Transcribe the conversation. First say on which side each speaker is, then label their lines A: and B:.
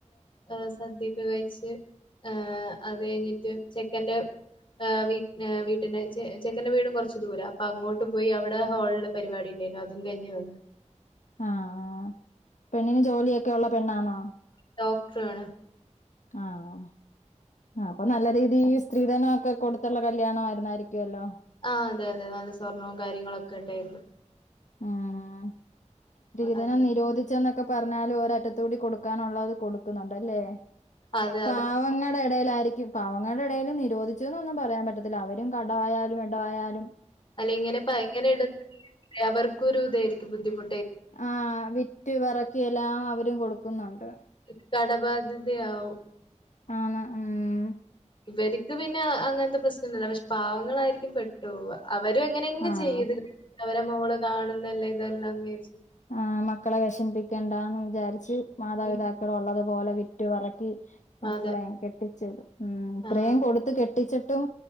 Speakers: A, on the left (about 40°); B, on the left (about 75°).
A: ആഹ് സദ്യൊക്കെ കഴിച്ച് ആഹ് അത് കഴിഞ്ഞിട്ട് ചെ ക്കെന്റെ ഏഹ് വീ ഏ വീട്ടിന്റെ ചെ ചെക്കന്റെ വീടും കൊറച്ച് ദൂരാ അ അങ്ങോട്ട് പോയി അവിടെ ഹോള് ള്പരിപാടി ഇണ്ടായിന്നു അതും കഴിഞ്ഞ് വന്നു
B: ആഹ് പെണ്ണിന് ജോലിയൊക് ഒക്കെയുള്ള പെണ്ണാന്നോ അഹ്
A: ഡോക്ടറാണ്
B: ആഹ് ആഹ് ആഹ് അപ്പൊ നല്ല രീതിയില് സ്ത്രീധനോക്കെ കൊടുത്ത്ള്ള കല്യാണായിരുന്നായിരിക്കോല്ലോ
A: ആഹ് അതെ അതെ നല്ല സ്വർണ്ണവും കാര്യങ്ങളൊക്കെ ഇഡാരുന്നു
B: ആഹ് സ്ത്രീധനം
A: അതെ
B: നിരോധിച്ചെന്നൊക്കെ പറഞ്ഞാലും ഒരറ്റത്തൂടി കൊടുക്കാനൊള്ളത് കൊടു ക്കുന്നണ്ടല്ലേ
A: അത്
B: പാവങ്ങടെ
A: അത്
B: എടേലായിരി ഈ പാവങ്ങടെ എടേല് നിരോധിച്ചെന്നൊന്നും പറയാൻ പറ്റത്തില്ല അവരും കടായാലും എടായാലും
A: അല്ലെ ഇങ്ങനെ പ ഇങ്ങനെ ഇടു അവർക്കൊരു ഇതായിരി ബുദ്ധിമു
B: ആ വിറ്റ്പെറക്കി എല്ലാം, അവരും കൊടുക്കുന്നൊണ്ട്-
A: ഇത് കടബാധ്യതയാവും.
B: ആണ്- ഉം-
A: ഇവരിക്ക് പിന്നെ അങ്ങനത്തെ പ്രശ്നൊന്നുമില്ല പക്ഷേ പാവങ്ങളായിരിക്കും, പെട്ടുപോവുക. അവരും എങ്ങനെ എങ്ങുംചെയ്തിടും.
B: ആഹ്
A: അവരെ മോള്. കാണുന്നെല്ലാം ഇതെല്ലാം മേടി..
B: ആ മക്കളെ വെഷമിപ്പി ക്കേണ്ടാന്നു, വിചാരിച്ച് മാതാപിതാക്കൾ
A: ഉം
B: ഒള്ള തൊക്കെ.. പോലെ വിറ്റു പെറുക്കി. മക്കളെ
A: അതെ
B: കെട്ടി.. <unintelligible> ഉം ഇത്രയും
A: ആഹ്
B: കൊടുത്ത് കെട്ടിച്ചിട്ട്. എന്നിട്ടും